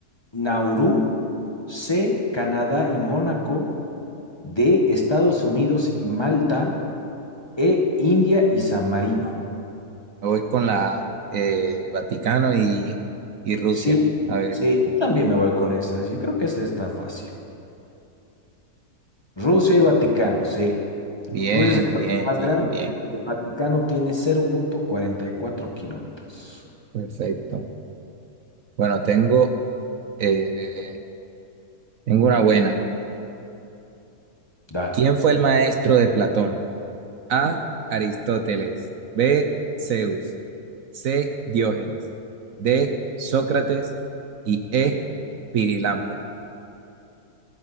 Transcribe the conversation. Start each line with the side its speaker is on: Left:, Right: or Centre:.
Left: Nauru. C, Canadá y Mónaco. D, Estados Unidos y Malta. E, India y San Marino.
Right: Me voy con la eh, Vaticano y, y Rusia.
Left: Sí,
Right: A ver,
Left: sí, yo también me voy con esas. Yo creo que esta está fácil. Rusia y Vaticano, sí.
Right: bien,
Left: Rusia es el país
Right: bien,
Left: más
Right: bien,
Left: grande
Right: bien.
Left: y el Vaticano tiene cero punto cuarenta y cuatro kilómetros.
Right: Perfecto. Bueno, tengo, eh, tengo una buena.
Left: Dale.
Right: ¿Quién fue el maestro de Platón? A. Aristóteles. B. Zeus. C. Diógenes. D. Sócrates. Y E. Pirilampo.